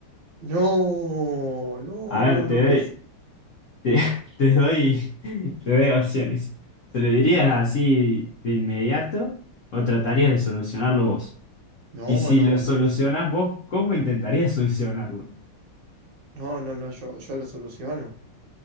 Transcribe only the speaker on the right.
No, no,
no, no,
que es...
No,
no,
no, yo
No, no, no, yo, yo lo soluciono.